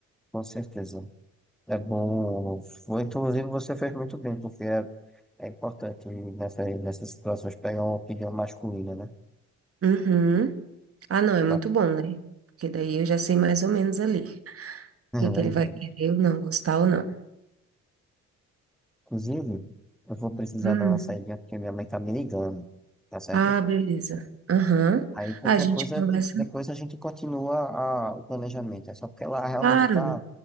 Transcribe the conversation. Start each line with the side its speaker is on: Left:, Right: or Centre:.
Centre: Com certeza. É bom. Foi, inclusive, você fez muito bem, porque é, é importante nessa, nessas situações pegar uma opinião masculina, né?
Right: Uhum. Ah, não, é muito
Centre: Tá. <laughs>
Right: bom, né? Porque daí eu já sei mais ou menos ali o
Centre: É
Right: que que
Centre: verdade.
Right: ele vai querer ou não, gostar ou não.
Centre: Inclusive, eu vou precisar
Right: Hum.
Centre: dar uma saída porque minha mãe tá me ligando, tá certo?
Right: Ah, beleza. Aham.
Centre: Aí qualquer
Right: Ah, A gente
Centre: coisa,
Right: conversa,
Centre: de- depois a gente continua a- o planejamento. É só porque ela realmente
Right: claro.
Centre: tá,